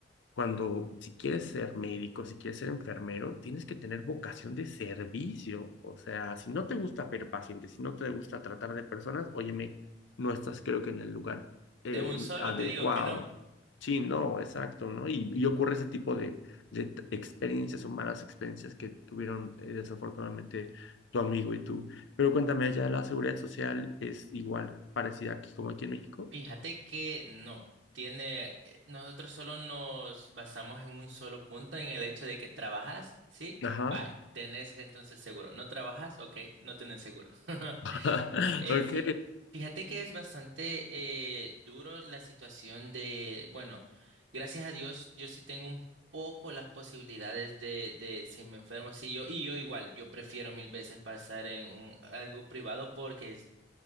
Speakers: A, on the left; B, on the right.
A: cuando, si quieres ser médico, si quieres ser enfermero, tienes que tener vocación de servicio. O sea, si no te gusta ver pacientes, si no te gusta tratar de personas, óyeme, no estás creo que en el lugar eh,
B: de un solo
A: adecuado.
B: te digo que no.
A: Sí, no, exacto, ¿no? Y, y ocurre ese tipo de, de t- experiencias o malas experiencias que tuvieron eh, desafortunadamente tu amigo y tú. Pero cuéntame, allá la seguridad social es igual, parecida aquí como aquí en México.
B: Fíjate que no. Tiene, eh, nosotros solo nos basamos en un solo punto, en el hecho de que trabajas, ¿sí?
A: Ajá.
B: Vale, tenés entonces seguro. ¿No trabajas? Ok, no tenés seguro. <laughs>
A: <laughs>
B: Eh,
A: Ok.
B: fí- fíjate que es bastante eh, duro la situación de, bueno, gracias a Dios yo sí tengo un poco las posibilidades de, de si me enfermo, si yo, y yo igual, yo prefiero mil veces pasar en un- algo privado porque, es-